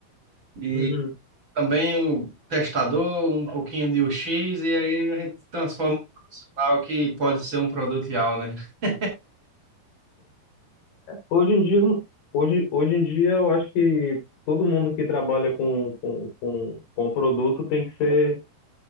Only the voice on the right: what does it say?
E
também testador, um pouquinho de U x e aí a gente transforma um profissional que pode ser um produto real, né? <laughs>